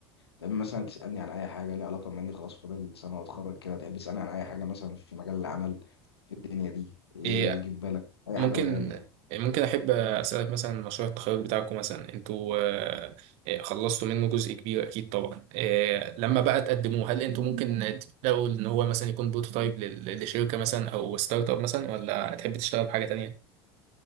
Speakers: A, on the left; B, on the right.
A: تحب مثلا تسألني عن اي حاجة ليها علاقة بما اني خلاص فاضل سنة واتخرج كده تحب تسألني عن اي حاجة مثلا في مجال العمل في الدنيا دي ايه
B: إيه،
A: اللي يجي في بالك اي
B: ممكن
A: حاجة قولها لي يعني
B: ممكن احب اسالك مثلا مشروع التخرج بتاعكم مثلا انتوا آه، آه، خلصتوا منه جزء كبير اكيد طبعا آه، لما بقى تقدموه هل انتوا ممكن تبداوا ان هو مثلا يكون بروتوتايب لل- لشركه مثلا او ستارت اب مثلا ولا هتحب تشتغل بحاجه تانية